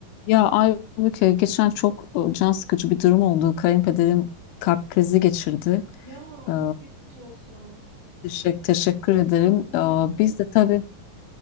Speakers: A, on the left; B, on the right.
A: Ya Aybüke geçen çok e, can sıkıcı bir durum oldu. Kayınpederim kalp krizi geçirdi.
B: Ya
A: Ee,
B: çok geçmiş olsun.
A: teşekkür, teşekkür ederim.
B: Şu an durumu
A: Ee,
B: nasıl?
A: biz de tabii